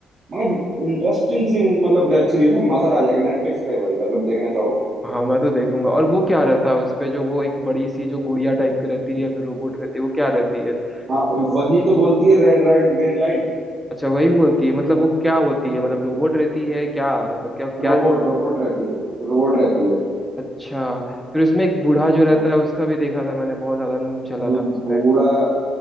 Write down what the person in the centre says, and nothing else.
हाँ मैं तो देखूंगा और वो क्या रहता है उस पे जो वो एक बड़ी सी जो गुड़िया टाइप की रहती है या फिर रोबोट रहती है वो क्या रहती है
जो
अच्छा वही बोलती है मतलब वो क्या होती है मतलब रोबोट रहती है क्या मतलब क्या क्या
अच्छा फिर उसमें एक बूढ़ा जो रहता
है उसका भी देखा था मैंने बहुत ज्यादा मीम चला
था
उस पे